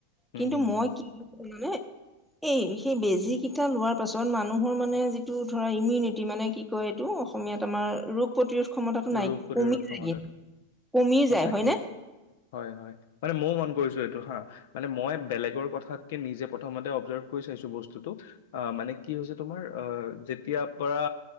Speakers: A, on the left (about 55°); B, in the centre.
A: হম
B: কিন্তু
A: হম
B: মই
A: হম
B: কি <unintelligible> নে এই সেই বেজি কেইটা লোৱাৰ পাছত মানুহৰ মানে যিটো ধৰা ইমিউনিটি মানে কি কয় এইটো অসমীয়াত আমাৰ ৰোগ প্ৰতিৰোধ ক্ষমতাটো নাই
A: ৰোগ প্ৰতিৰোধ
B: কমি
A: ক্ষমতাটো
B: যায় কিন্ত কমি
A: সঁচাকে
B: যায় হয় নে
A: হয় হয় মানে ময়ো মন কৰিছো এইটো হা মানে মই বেলেগৰ কথাতকে নিজে প্ৰথমতে অবজাৰ্ভ কৈ চাইছো বস্তুটো অ মানে কি হৈছে তোমাৰ অ যেতিয়াৰ পৰা